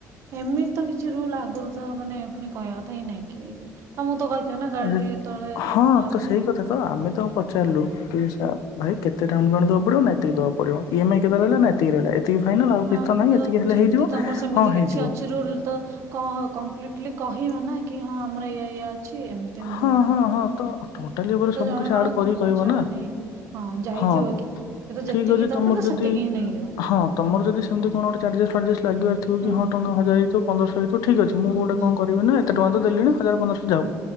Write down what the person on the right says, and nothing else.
ଏମିତି ତ କିଛି ରୁଲ ଆଗରୁ ତ ମାନେ ପୁଣି କହିବା କଥା କି ନାଇଁ କି ତମୁକୁ ତ କହିଥିବେ ନା ଗାଡି
ତଳେ ନବା
ପାଇଁ।
ହଁ
ତ
ଯେଦି
ତମର ସେମିତି
କିଛି ଅଛି ରୁଲ ତ କ କମ୍ପିଳିଟଲି କହି ନା କି ହଁ ଆମର ଏଇଆ ଏଇଆ ଅଛି ଏମିତି ଏମିତି
କଥା
ତ
ଜଣେ
କଣ
ପଇସା
ଟା ନେଇକି ଯାଇଥିବ
କି ସେ ତ
ଯେତିକି
ଦରକାର
ତ
ସେତିକି ହିଁ ନେଇଯିବ
ହୁଁ
ହୁଁ
ହୁଁ
ହୁଁ
ହୁଁ
ହୁଁ